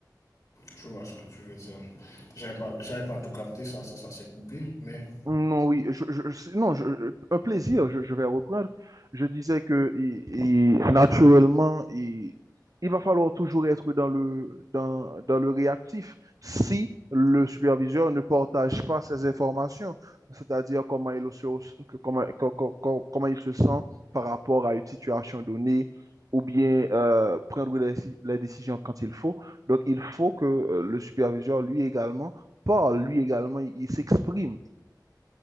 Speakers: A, on the left; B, on the right.
A: Je vois ce que tu veux dire. J'avais pas, j'avais pas tout capté, ça, ça, ça s'est coupé. Mais
B: Non, oui, je, je, je- non, je- un plaisir, je, je vais reprendre. Je disais que et, et naturellement, et, il va falloir toujours être dans le, dans, dans le réactif si le superviseur ne partage pas ces informations, c'est-à-dire comment il se, que- comment, co- co- co- comment il se sent par rapport à une situation donnée ou bien euh, prendre les, les décisions quand il faut. Donc, il faut que euh, le superviseur, lui également, parle, lui également, il il s'exprime.